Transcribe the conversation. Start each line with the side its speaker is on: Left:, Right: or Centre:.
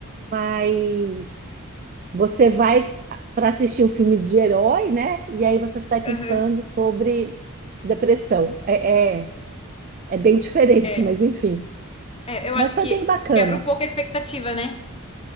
Right: Mas você vai para assistir um filme de herói, né? E aí você sai pensando
Left: aham.
Right: sobre depressão. É, é, é bem diferente,
Left: É.
Right: mas enfim.
Left: É, eu
Right: Mas
Left: acho
Right: foi
Left: que
Right: bem bacana.
Left: quebra um pouco a expectativa, né?